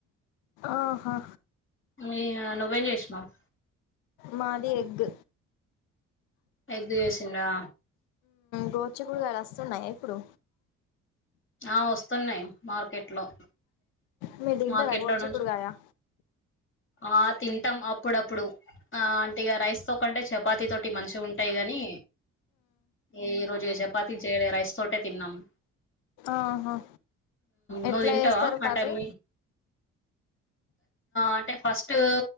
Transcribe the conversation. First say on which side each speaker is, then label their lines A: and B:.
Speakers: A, on the left; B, on the left.
A: ఆహా
B: నేనా నువ్వేం చేసినావు
A: మాది ఎగ్
B: ఎగ్ చేసింద్ర
A: గోరు చిక్కుడు కాయలు వస్తున్నాయ ఇప్పుడు
B: ఆ వస్తున్నాయి మార్కెట్ లో
A: మీరూ తింటారా
B: మార్కెట్
A: గోరు
B: లో
A: చిక్కుడు
B: నుంచి
A: కాయా
B: ఆ తింటాం అప్పుడప్పుడు ఆ అంటే ఇక రైస్ తో కంటే చపాతి తోటి మంచిగా ఉంటాయి గాని ఏ ఈ రోజు చపాతీ చేయలే రైస్ తోటే తిన్నాము
A: ఆహా
B: నువ్వు
A: ఎట్లా
B: తింటావా
A: చేస్తారు
B: ఆ
A: కర్రీ
B: టైమ్ అంటే ఫస్ట్ ఉ